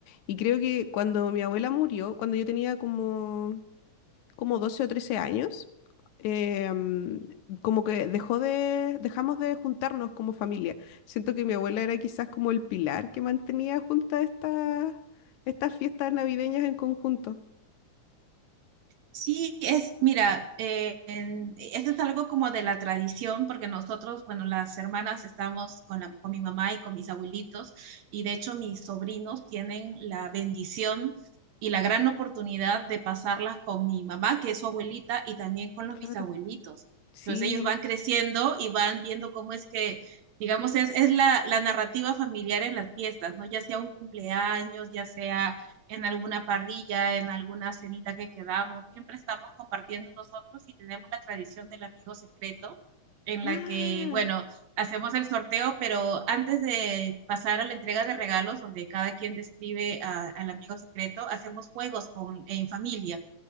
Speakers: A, on the left (about 75°); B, on the right (about 70°).
A: Y creo que cuando mi abuela murió, cuando yo tenía como como 12 o 13 años, eh, mm, como que dejó de, dejamos de juntarnos como familia. Siento que mi abuela era quizás como el pilar que mantenía juntas estas, estas fiestas navideñas en conjunto.
B: Sí, es, mira, eh, en- eso es algo como de la tradición, porque nosotros, bueno, las hermanas estamos con, la- con mi mamá y con mis abuelitos, y de hecho mis sobrinos tienen la bendición y la gran oportunidad de pasarlas con mi mamá, que es su abuelita, y también con los
A: Claro,
B: bisabuelitos.
A: sí.
B: Entonces ellos van creciendo y van viendo cómo es que, digamos, es, es la, la narrativa familiar en las fiestas, ¿no? Ya sea un cumpleaños, ya sea en alguna parrilla, en alguna cenita que quedamos, siempre estamos compartiendo nosotros y tenemos la tradición del amigo secreto en
A: Ah,
B: la que, bueno, hacemos el sorteo, pero antes de pasar a la entrega de regalos, donde cada quien describe a, al amigo secreto, hacemos juegos con, en familia.